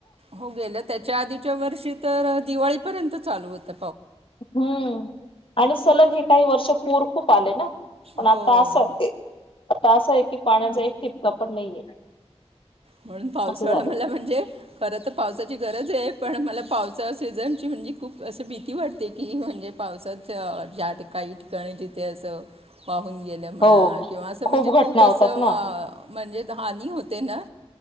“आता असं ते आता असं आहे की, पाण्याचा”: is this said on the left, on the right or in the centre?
Left